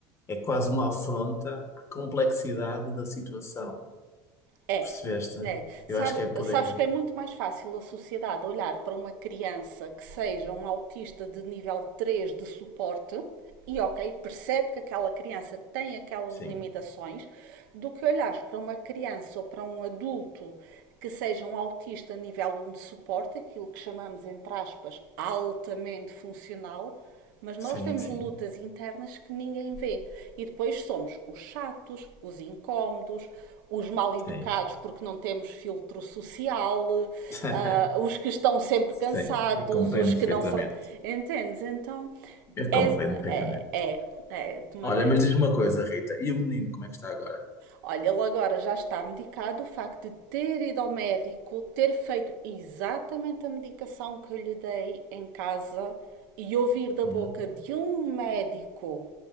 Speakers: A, on the left (about 25°); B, on the right (about 85°).
A: é quase uma afronta à complexidade da situação.
B: É,
A: Percebeste?
B: é.
A: Eu
B: Sabe-
A: acho que é por
B: sabes
A: aí.
B: que é muito mais fácil a sociedade olhar para uma criança que seja um autista de nível 3 de suporte e, ok, percebe que aquela criança tem aquelas
A: Sim,
B: limitações, do que olhar para uma criança ou para um adulto que seja um autista nível um de suporte, aquilo que chamamos, entre aspas, altamente funcional, mas nós
A: sim,
B: temos
A: sim,
B: lutas internas que ninguém vê. E depois somos os chatos, os incómodos, os mal educados
A: sim.
B: porque não temos filtro social, uh,
A: <laughs>
B: os que estão sempre
A: Sim,
B: cansados,
A: eu compreendo
B: os
A: perfeitamente.
B: que não sabem. Entendes? Então
A: Eu
B: é,
A: compreendo perfeitamente.
B: é, é, é de maneira.
A: Olha, mas diz-me uma coisa, Rita. E o menino, como é que está agora?
B: Olha, ele agora já está medicado. O facto de ter ido ao médico, ter feito exatamente a medicação que eu lhe dei em casa e ouvir da
A: Hum,
B: boca de um médico